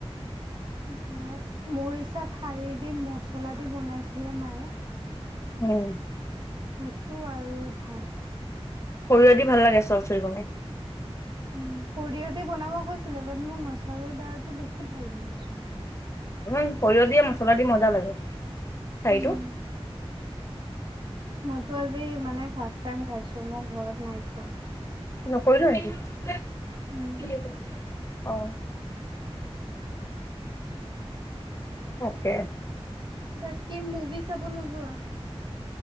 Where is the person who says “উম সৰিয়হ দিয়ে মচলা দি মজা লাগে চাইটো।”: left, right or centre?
Left